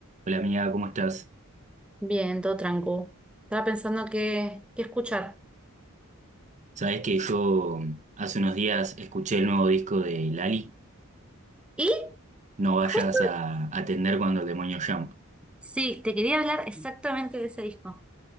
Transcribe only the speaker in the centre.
Bien, todo tranquilo. Estaba pensando qué, qué escuchar.
Y
justo,
sí, te quería hablar exactamente de ese disco.